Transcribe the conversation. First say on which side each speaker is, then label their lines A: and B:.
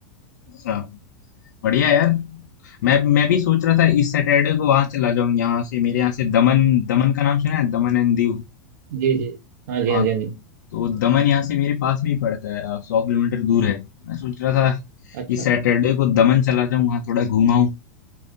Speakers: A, on the left (about 80°); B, on the right (about 70°).
A: अच्छा बढ़िया यार मैं मैं भी सोच रहा था इस सैटरडे को वहां चला जाऊं यहाँ से मेरे यहाँ से दमन दमन का नाम सुना है दमन एंड दीव
B: जी जी हाँ जी
A: हाँ
B: हाँ जी हाँ जी
A: तो दमन यहाँ से मेरे पास में ही पड़ता है आ, सौ किलोमीटर दूर है मैं सोच रहा था
B: अच्छा
A: इस सैटरडे को दमन चला जाऊं वहाँ थोड़ा घूमाऊं